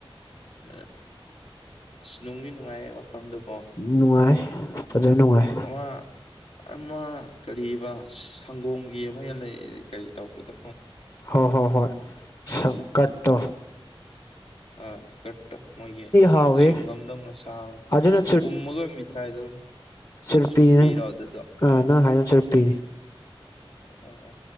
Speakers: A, on the left; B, on the left.
A: ꯑ ꯑꯁ ꯅꯨꯡꯗꯤ ꯅꯨꯡꯉꯥꯏꯌꯦ ꯃꯐꯝꯗꯨꯀꯣ
B: ꯅꯨꯡꯉꯥꯏ ꯐꯖꯅ ꯅꯨꯡꯉꯥꯏ
A: ꯑꯃ ꯑꯃ ꯀꯔꯤꯕ ꯁꯪꯒꯣꯝꯒꯤ ꯑꯃ ꯂꯩ ꯀꯔꯤ ꯇꯧꯄꯗꯣ
B: ꯍꯣꯍꯣꯍꯣꯏ ꯁꯪꯀꯠ ꯇꯣ
A: ꯑ ꯀꯠ ꯃꯣꯏꯒꯤ
B: ꯍꯥꯎꯋꯦ
A: ꯁꯤꯡꯒꯝꯗꯧꯅ ꯆꯥꯕ
B: ꯑꯗꯨꯅ
A: ꯎꯝꯃꯒ ꯃꯤꯊꯥꯏꯗꯧꯅ
B: ꯆꯨꯔꯄꯤꯅꯤ
A: ꯆꯨꯞꯄꯤꯔꯣ ꯑꯗꯨꯗꯣ
B: ꯑ ꯅꯪ ꯍꯥꯏꯅ ꯆꯨꯔꯄꯤꯅꯤ
A: ꯑ ꯑꯥ